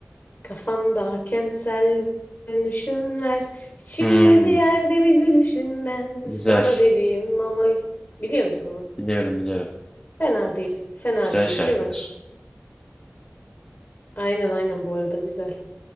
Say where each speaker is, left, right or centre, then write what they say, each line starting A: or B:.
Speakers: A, on the left (about 45°); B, on the left (about 20°).
A: kafamda kentsel dönüşümler. içimde
B: Hmm,
A: bir yerde bir gülüşünden
B: güzel.
A: sana deliyim ama biliyor musun bunu?
B: Biliyorum biliyorum.
A: Fena değil. Fena
B: Güzel
A: değil
B: şarkıdır.
A: değil mi? Aynen aynen bu arada güzel.